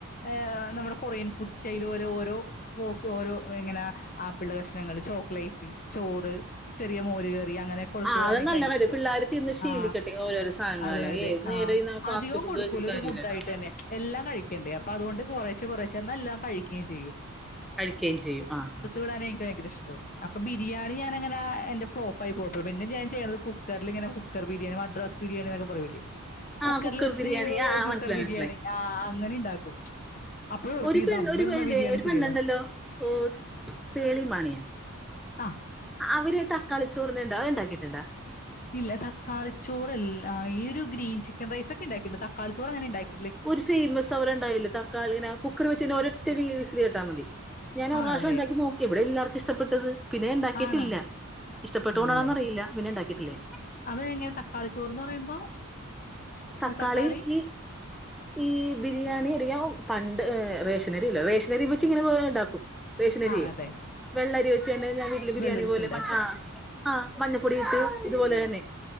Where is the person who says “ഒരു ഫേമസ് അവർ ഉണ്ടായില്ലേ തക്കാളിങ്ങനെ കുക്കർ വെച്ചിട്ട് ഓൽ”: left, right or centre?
Centre